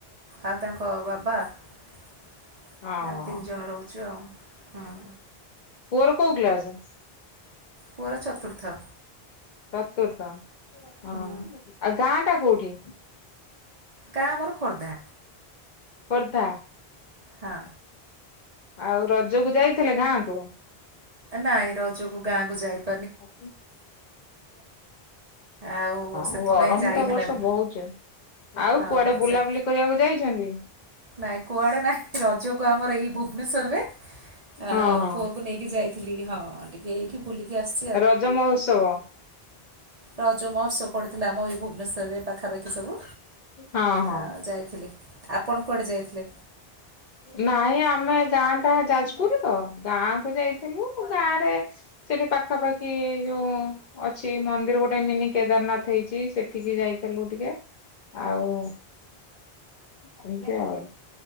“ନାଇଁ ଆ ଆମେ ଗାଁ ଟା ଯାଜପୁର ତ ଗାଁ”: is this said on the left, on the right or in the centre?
Left